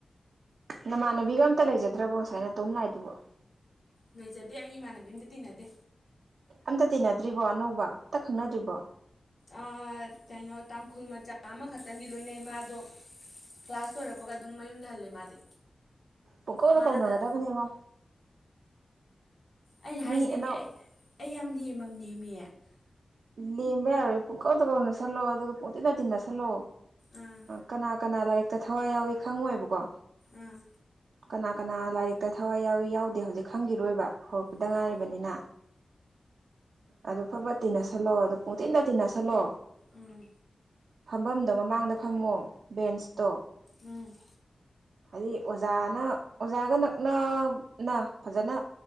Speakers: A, on the right; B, on the left.
A: ꯅꯃꯥꯟꯅꯕꯤꯒ ꯑꯝꯇ ꯂꯩꯖꯗ꯭ꯔꯕꯣ ꯉꯁꯥꯏ ꯅꯇꯣꯝ ꯂꯥꯛꯏꯗꯨꯕꯣ
B: ꯂꯩꯖꯗꯦ ꯑꯩ ꯏꯃꯥꯟꯅꯕꯤ ꯑꯝꯇ ꯇꯤꯟꯅꯗꯦ
A: ꯑꯝꯇ ꯇꯤꯟꯅꯗ꯭ꯔꯤꯕꯣ ꯑꯅꯧꯕ ꯑꯝꯇ ꯈꯪꯅꯗ꯭ꯔꯤꯕꯣ
B: ꯑꯥ ꯀꯩꯅꯣ ꯇꯥꯡꯈꯨꯜ ꯃꯆꯥ ꯑꯃꯈꯛꯇꯪꯒꯤ ꯂꯣꯏꯅꯩ ꯃꯗꯣ ꯀ꯭ꯂꯥꯁ ꯂꯣꯏꯔꯛꯄꯒ ꯑꯗꯨꯝ ꯃꯌꯨꯝꯗꯍꯜꯂꯦ ꯃꯥꯗꯤ
A: ꯄꯨꯀꯧꯗ
B: ꯃꯥ
A: ꯀꯧꯅꯒꯗꯕꯅꯦ
B: ꯅꯠꯇ
A: ꯃꯥ
B: ꯑꯩꯅ ꯍꯥꯏꯁꯤꯅꯦꯃꯤ
A: ꯃꯤ ꯑꯅꯧ
B: ꯑꯩ ꯑꯩ ꯌꯥꯝ ꯂꯦꯝꯃꯝꯅꯦꯃꯤ
A: ꯂꯦꯝꯕ ꯄꯨꯡꯀꯧꯇ ꯀꯧꯅ ꯁꯜꯂꯣ ꯑꯗꯨꯒ ꯄꯨꯡ ꯇꯤꯟꯗ ꯇꯤꯟꯅ ꯁꯜꯂꯣ
B: ꯎꯝ
A: ꯀꯅꯥ ꯀꯅꯥ ꯂꯥꯏꯔꯤꯛꯇ ꯊꯋꯥꯏ ꯌꯥꯎꯏ ꯈꯪꯉꯣꯏꯕꯀꯣ
B: ꯑꯥ
A: ꯀꯅꯥ ꯀꯅꯥ ꯂꯥꯏꯔꯤꯛꯇ ꯊꯋꯥꯏ ꯌꯥꯎꯏ ꯌꯥꯎꯗꯦ ꯍꯧꯖꯤꯛ ꯈꯪꯈꯤꯔꯣꯏꯕ ꯍꯧꯔꯛꯄꯗ
B: ꯎꯝ
A: ꯉꯥꯏꯔꯕꯅꯤꯅ ꯑꯗꯨ ꯐꯕꯠ ꯇꯤꯟꯅꯁꯜꯂꯣ ꯑꯗꯨ ꯄꯨꯡ ꯇꯤꯟꯗ ꯇꯤꯟꯅꯁꯜꯂꯣ
B: ꯎꯝ
A: ꯐꯝꯐꯝꯗꯣ ꯃꯃꯥꯡꯗ ꯐꯝꯃꯣ ꯕꯦꯟꯁꯇꯣ
B: ꯎꯝ
A: ꯍꯥꯏꯗꯤ ꯑꯣꯖꯥꯅ ꯑꯣꯖꯥꯒ ꯅꯛꯅꯅ ꯐꯖꯅ